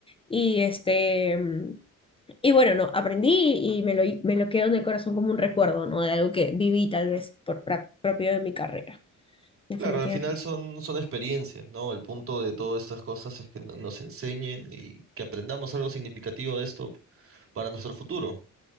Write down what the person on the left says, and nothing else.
Y este, mm, y bueno, no, aprendí y me lo, me lo quedo en el corazón como un recuerdo, ¿no? De algo que viví tal vez por pra- propio de mi carrera. Definitivamente.